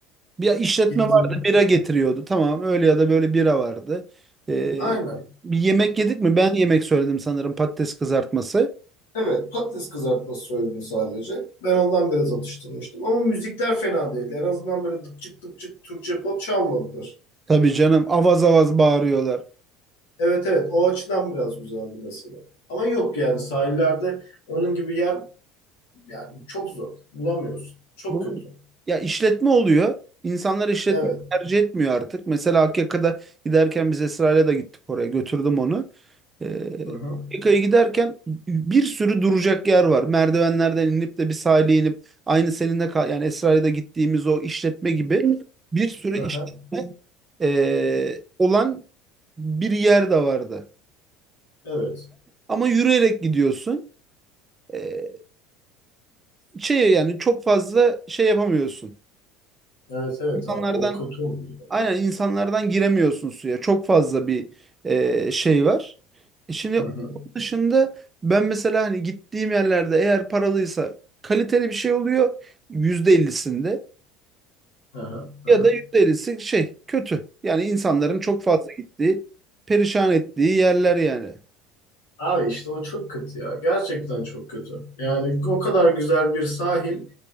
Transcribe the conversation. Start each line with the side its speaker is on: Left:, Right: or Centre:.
Right: Bir işletme
Left: Gittiğim.
Right: vardı bira getiriyordu. Tamam öyle ya da böyle bira vardı. E,
Left: Aynen.
Right: bir yemek yedik mi? Ben yemek söyledim sanırım patates kızartması.
Left: Evet patates kızartması söyledim sadece. Ben ondan biraz atıştırmıştım. Ama müzikler fena değildi. En azından böyle dıpçık dıpçık Türkçe pop çalmadılar.
Right: Tabii canım avaz avaz bağırıyorlar.
Left: Evet evet o açıdan biraz güzeldi mesela. Ama yok yani sahillerde onun gibi yer Yani çok zor. Bulamıyorsun. Çok
Right: Bunun,
Left: kötü.
Right: ya işletme oluyor. İnsanlar işletme
Left: Evet.
Right: tercih etmiyor artık. Mesela Akyaka'da giderken biz Esra'yla da gittik oraya. Götürdüm onu. Ee,
Left: Hı hı.
Right: Akyaka'ya giderken bir sürü duracak yer var. Merdivenlerden inip de bir sahile inip aynı seninle kal yani Esra'yla da gittiğimiz o işletme gibi bir sürü
Left: Hı
Right: işletme
Left: hı.
Right: ee, olan bir yer de vardı.
Left: Evet.
Right: Ama yürüyerek gidiyorsun. E, şey yani çok fazla şey yapamıyorsun.
Left: Evet evet
Right: İnsanlardan
Left: abi o kötü oluyor.
Right: aynen insanlardan giremiyorsun suya. Çok fazla bir e, şey var. E Şimdi
Left: Hı
Right: onun
Left: hı.
Right: dışında ben mesela hani gittiğim yerlerde eğer paralıysa kaliteli bir şey oluyor %50'sinde
Left: Hı hı. Hı
Right: ya
Left: hı.
Right: da %50'si şey kötü. Yani insanların çok fazla gittiği, perişan ettiği yerler yani.
Left: Abi işte o çok kötü ya. Gerçekten çok kötü. Yani o kadar güzel bir sahil